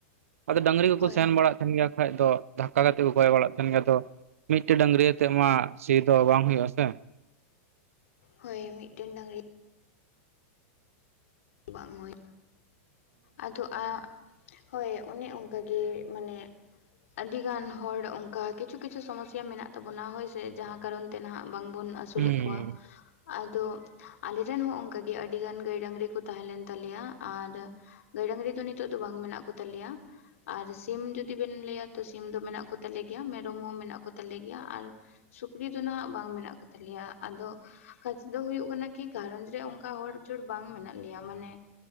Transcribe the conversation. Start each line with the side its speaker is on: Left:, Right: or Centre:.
Right: ᱟᱫᱚ ᱰᱟᱹᱝᱨᱤ ᱠᱚᱠᱚ
Left: ᱦᱳᱭ
Right: ᱥᱮᱱ ᱵᱟᱲᱟᱜ ᱛᱟᱦᱮᱱ ᱜᱮᱭᱟ ᱠᱷᱟ ᱫᱚ ᱫᱷᱟᱠᱟ ᱠᱟᱛᱮ ᱠᱚᱭ ᱵᱟᱲᱟᱜ ᱛᱟᱦᱮᱱ ᱜᱮᱭᱟ ᱟᱫᱚ- ᱢᱤᱫᱴᱮᱡ ᱰᱟᱝᱨᱤ ᱟᱛᱮᱫ ᱢᱟ ᱥᱤ ᱫᱚ ᱵᱟᱝ ᱦᱳᱭᱳ ᱟᱥᱮ-
Left: ᱦᱳᱭ ᱢᱤᱫᱴᱮᱱ ᱰᱟᱝᱨᱤ ᱵᱟᱝ ᱦᱩᱭ ᱟᱫᱚᱼᱟ ᱦᱳᱭ ᱚᱱᱮ ᱚᱱᱠᱟᱜᱮ ᱢᱟᱱᱮ- ᱟᱹᱰᱤ ᱜᱟᱱ ᱦᱚᱲ ᱚᱱᱠᱟ ᱠᱤᱪᱷᱩ ᱠᱤᱪᱷᱩ ᱥᱚᱢᱚᱥᱥᱟ ᱢᱮᱱᱟᱜ ᱛᱟᱵᱚᱱᱟ ᱦᱳᱭ ᱥᱮ ᱡᱟᱦᱟᱸ ᱠᱟᱨᱚᱱ ᱱᱟᱦᱟᱜ ᱵᱟᱝ ᱟᱥᱩᱞ
Right: ᱦᱩᱸ
Left: ᱮᱫ ᱠᱚᱣᱟ ᱟᱫᱚ ᱦᱚᱸ ᱚᱱᱠᱟ ᱜᱮ ᱟᱹᱰᱤ ᱜᱟᱱ ᱜᱟᱹᱭ ᱰᱟᱝᱨᱤ ᱛᱟᱦᱮᱸ ᱞᱮᱱ ᱛᱟᱞᱮᱭᱟ ᱟᱨ ᱜᱟᱹᱭ ᱰᱟᱝᱝᱨᱤ ᱫᱚ ᱱᱤᱛᱚᱜ ᱫᱚ ᱵᱟᱝ ᱢᱮᱱᱟᱜ ᱠᱚᱛᱟᱞᱮᱭᱟ ᱟᱨ ᱥᱤᱢ ᱡᱩᱫᱤ ᱡᱩᱫᱤ ᱵᱮᱱ ᱞᱟᱹᱭᱟ ᱛᱚ ᱥᱤᱢ ᱫᱚ ᱢᱮᱱᱟᱜ ᱠᱚᱛᱟᱞᱮ ᱜᱮᱭᱟ ᱢᱮᱨᱚᱢ ᱦᱚᱸ ᱢᱮᱱᱟᱜ ᱠᱚᱛᱟᱞᱮ ᱜᱮᱭᱟ ᱟᱨ ᱥᱩᱠᱨᱤ ᱫᱚ ᱦᱟᱜ ᱵᱟᱝ ᱢᱮᱱᱟᱜ ᱠᱚᱛᱟᱞᱮᱭᱟ ᱟᱫᱚ- ᱠᱟᱛᱷᱟ ᱫᱚ ᱦᱩᱭᱩᱜ ᱠᱤ ᱜᱷᱟᱷᱟᱨᱚᱸᱧᱡᱽ ᱨᱮ ᱦᱚᱲ ᱡᱳᱲ ᱵᱟᱝ ᱢᱮᱱᱟᱜ ᱞᱮᱭᱟ ᱢᱟᱱᱮ-